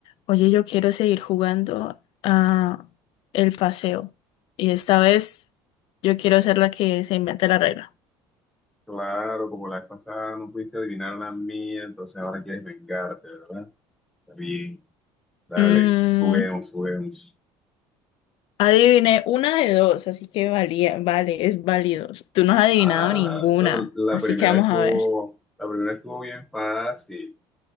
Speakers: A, on the left; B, in the centre.
A: Oye, yo quiero seguir jugando a el paseo. Y esta vez yo quiero ser la que se invente la regla.
B: Claro, como la vez pasada no pudiste adivinar la mía, entonces ahora quieres vengarte, ¿verdad? Está bien, dale,
A: Mm,
B: juguemos, juguemos.
A: adiviné una de dos, así que valía, vale, es válido. Tú no has adivinado
B: Ah,
A: ninguna,
B: bueno, la
A: así
B: primera
A: que vamos
B: estuvo,
A: a ver.
B: la primera estuvo bien fácil,